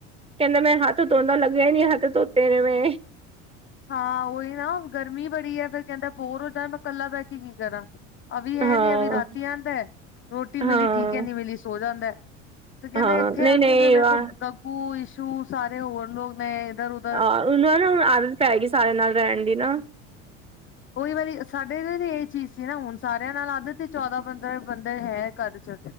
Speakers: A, on the right (about 15°); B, on the left (about 35°).
A: ਕਹਿੰਦਾ ''ਮੈਂ ਹੱਥ ਧੋਂਦਾ ਲੱਗਿਆ ਈ ਨੀ, ਹੱਥ ਧੋਤੇ ਨੇ ਮੈਂ।
B: ਹਾਂ, ਉਹੀ ਨਾ ਗਰਮੀ ਬੜੀ ਆ ਫੇਰ ਕਹਿੰਦਾ ਬੋਰ ਹੋੰਦਾ ਮੈਂ ਕੱਲਾ ਬਹਿਕੇ ਕੀ ਕਰਾਂ। ਅਵੀ ਹੈਨੀ,
A: ਹਾਂ
B: ਅਵੀ ਰਾਤੀ ਆਂਦਾ, ਰੋਟੀ
A: ਹਾਂ
B: ਮਿਲੀ ਠੀਕ ਐ, ਨੀ ਮਿਲੀ ਸੋ ਜਾਂਦੈ। ਤੇ ਕਹਿੰਦਾ
A: ਹਾਂ
B: ਇੱਥੇ
A: ਨਹੀਂ
B: ਆਕੇ,
A: ਨਹੀਂ
B: ਵੀ ਮੇਰੇ
A: ਵਾਹ
B: ਕੋਲ ਗੱਗੂ, ਇਸ਼ੂ ਸਾਰੇ ਹੋਰ ਲੋਕ ਨੇ ਇੱਧਰ ਉ
A: ਆਹ ਉਹਨੂੰ ਨਾ ਹੁਣ ਆਦਤ ਪੈ ਗਈ, ਸਾਰਿਆ ਨਾਲ ਰਹਿਣ ਦੀ ਨਾ।
B: ਉਹੀ ਵਾਰੀ ਸਾਡੇ ਇਹੀ ਚੀਜ਼ ਸੀ ਨਾ, ਹੁਣ ਸਾਰਿਆਂ ਨਾਲ ਆਦਤ ਤੇ, ਚੌਦਾਂ-ਪੰਦਰਾਂ ਬੰਦੇ ਹੈ ਘਚ'ਚ।